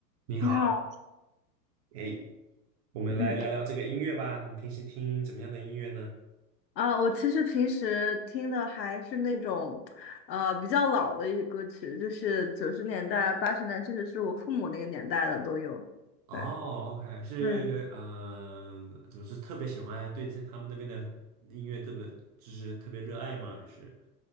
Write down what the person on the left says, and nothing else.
你好，
嗯
啊，我其实平时听的还是那种，呃，比较老的一些歌曲，就是九十年代、八十年代，甚至是我父母那个年代的都有。
对
对，